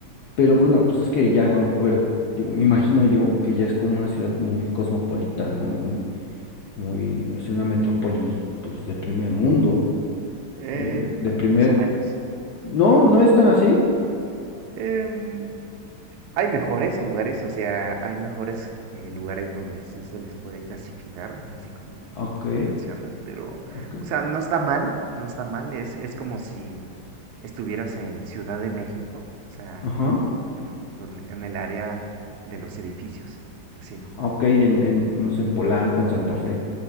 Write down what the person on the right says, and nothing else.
Eh,
ma-
más o menos.
Em, hay mejores lugares, o sea, hay mejores eh, lugares donde sí se les puede clasificar, así como
mencionas, pero,
o sea, no está mal, no está mal, es, es como si estuvieras en Ciudad de México, o sea,
en, donde, en el área de los edificios, sí